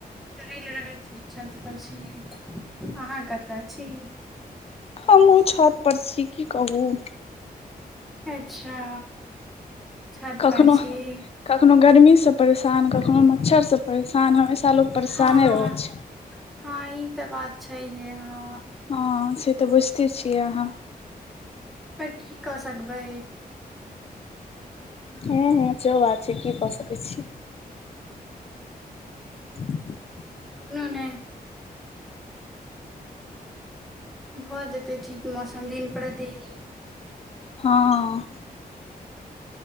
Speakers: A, in the centre; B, on the left.
A: टहैल रहल छी, छतपर छी। अहाँ कतऽ छी?
B: हमहूँ छतपर छी, की कहू।
A: अच्छा। छत पर
B: कखनो
A: छी?
B: कखनो गरमीसँ परेशान, कखनो मच्छरसँ परेशान, हमेशा लोक परेशाने
A: हँ
B: रहै छै।
A: हँ ई तऽ बात छैहे, हँ।
B: हँ से तऽ बुझिते छियै अहाँ।
A: पर की कऽ सकबै। हँ
B: हूँ हूँ, सेहो बात छै। की कऽ सकै छियै। <inaudible>
A: कोनो नहि। भऽ जेतै ठीक मौसम दिन-प्रतिदिन।
B: हँ